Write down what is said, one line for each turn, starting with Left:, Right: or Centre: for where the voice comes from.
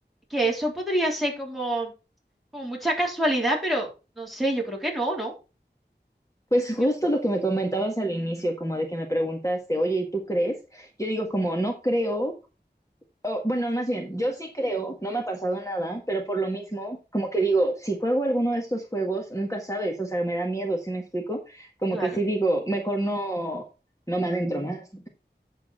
Centre: que eso podría ser como, como mucha casualidad, pero no sé, yo creo que no, ¿no?
Left: Pues
Centre: Tú
Left: justo
Centre: que,
Left: lo que me comentabas al inicio, como de que me preguntaste, oye, ¿y tú crees? Yo digo como no creo, o, bueno, más bien, yo sí creo, no me ha pasado nada, pero por lo mismo, como que digo, si juego alguno de estos juegos, nunca sabes, o sea, me da miedo, ¿sí me explico? Como
Centre: claro.
Left: que sí digo, mejor no, no me adentro más.